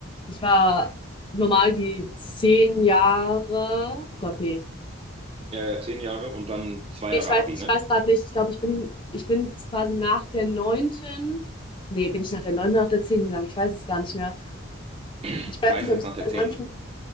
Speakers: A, on the left (about 25°); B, on the right (about 25°).
A: ich war normal die 10 Jahre, Gott, nee.
B: Ja, zehn Jahre und dann zwei
A: Nee,
B: Jahre
A: Ich weiß,
B: Abi,
A: ich
B: ne?
A: weiß gerade nicht, ich glaube, ich bin, ich bin quasi nach der neunten. nee, bin ich nach der neunten oder nach der zehnten gegangen? Ich weiß es gar nicht mehr.
B: <clears throat>
A: Ich weiß
B: Meistens
A: nicht, ob ich
B: nach
A: nach
B: der
A: der
B: zehnten.
A: 9.,